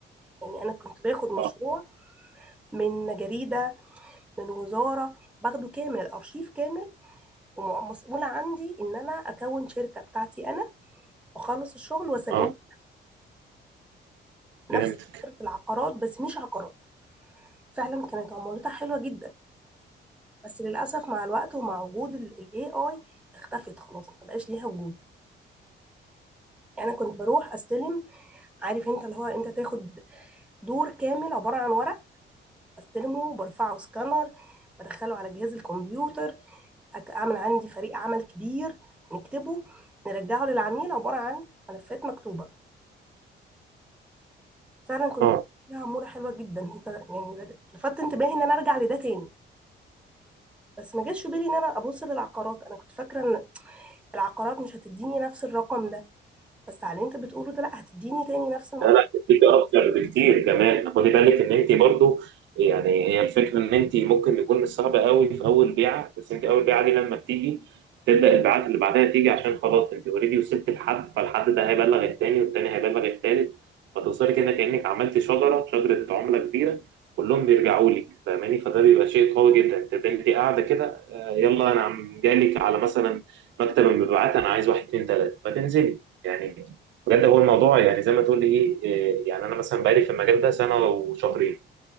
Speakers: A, in the centre; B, on the right.
A: يعني أنا كنت باخد مشروع
B: أه
A: من جريدة من وزارة باخده كامل أرشيف كامل ومسؤولة عندي إن أنا أكون شركة بتاعتي أنا وأخلص الشغل وأسلمه
B: آه،
A: نفس
B: فهمتك
A: فكرة العقارات بس مش عقارات فعلا كانت عمولتها حلوة جدا بس للأسف مع الوقت ومع وجود ال AI اختفت خلاص ما بقاش ليها وجود يعني أنا كنت بروح أستلم عارف أنت اللي هو أنت تاخد دور كامل عبارة عن ورق بستلمه برفعه سكانر بدخله على جهاز الكمبيوتر أك- أعمل عندي فريق عمل كبير نكتبه نرجعه للعميل عبارة عن ملفات مكتوبة فعلا كنت
B: أه
A: بشوف لها عموره حلوه جدا انت يعني رج- لفت انتباهي ان انا ارجع لده تاني بس ما جاش في بالي ان انا ابص للعقارات انا كنت فاكره ان العقارات مش هتديني نفس الرقم ده بس على اللي انت بتقوله ده لا هتديني تاني نفس الرقم
B: لا لا هتديك اكتر بكتير كمان خدي بالك ان انت برضو يعني هي الفكره ان انت ممكن يكون مش صعب قوي في اول بيعه بس انت اول بيعه دي لما بتيجي تبدا البيعات اللي بعدها تيجي عشان خلاص انت اوريدي وصلت لحد فالحد ده هيبلغ التاني والتاني هيبلغ التالت فتوصلي كده كانك عملت شجره شجره عمله كبيره كلهم بيرجعوا لك فاهماني فده بيبقى شيء قوي جدا انت انت قاعده كده آه، يلا انا عم جالك على مثلا مكتب المبيعات انا عايز واحد اتنين تلاته فتنزلي يعني بجد هو الموضوع يعني زي ما تقول لي ايه إيه، يعني انا مثلا بقالي في المجال ده سنه وشهرين